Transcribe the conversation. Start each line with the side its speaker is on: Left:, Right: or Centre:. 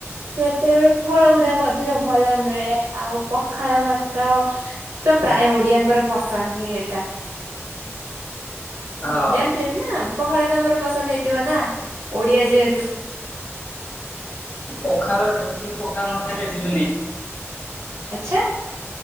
Right: ସେତେବେଳେ ଫଳ ଗୁଡାକ ଅଧିକ ଭଲ ମିଳେ ଆଉ ପଖାଳ ଭାତ। ତ ପ୍ରାୟ ଓଡିଆଙ୍କର ପସନ୍ଦ ହିଁ ଏଟା।
Left: ହଁ
Right: ଜାଣିଥଚୁଏନା ପଖାଳ ଭାତ ଆମର ପସନ୍ଦ ହେଇଥିବ ନା ଓଡିଆ ଯେହେତୁ।
Left: ପଖାଳ ଡ୍ୟୁଟି କୁ ପଖାଳ ନ ଖାଇଲେ ଯିମିନି।
Right: ଆଛା